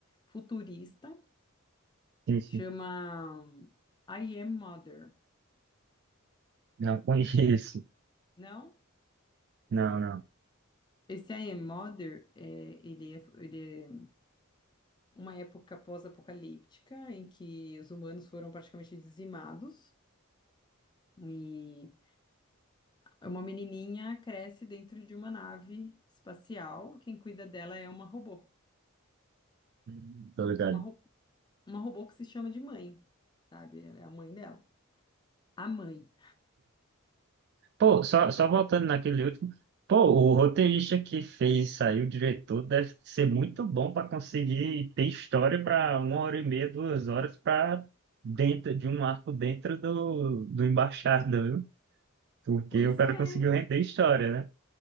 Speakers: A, on the left; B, on the right.
A: futurista,
B: Enfim,
A: chama I Am Mother,
B: não conheço.
A: não?
B: Não, não.
A: Esse I Am Mother, é, ele é, ele é uma época pós-apocalíptica em que os humanos foram praticamente dizimados, e Uma menininha cresce dentro de uma nave espacial. Quem cuida dela é uma robô.
B: Hum, Tô ligado.
A: Uma, ro- uma robô que se chama de mãe, sabe? É a mãe dela. A mãe.
B: Pô, só, só voltando naquele último. Pô, o roteirista que fez sair o diretor deve ser muito bom para conseguir ter história para uma hora e meia, duas horas para dentro de um arco dentro do, do Embaixada, viu? Porque
A: Pois
B: o cara
A: é.
B: conseguiu render história, né?